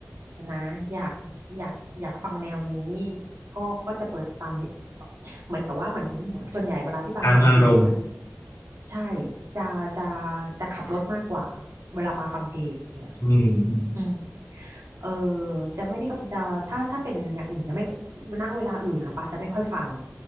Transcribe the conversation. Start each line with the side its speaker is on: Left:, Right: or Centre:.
Right: นะอยากอยากอยากฟังแนวนี้ก็ก็จะเปิดตามนี้เหมือนกับว่าเหมือนส่วนใหญ่เวลาที่ปาฟังเพลงอะ
Left: ตามอารมณ์
Right: ใช่จะจะจะขับรถมากกว่าเวลาปาฟังเพลงอะ
Left: อืมอืม
Right: อืม เออจะไม่ได้จะถ้าถ้าเป็นอย่างอื่นจะไม่ณเวลาอื่นอะปาจะไม่ค่อยฟัง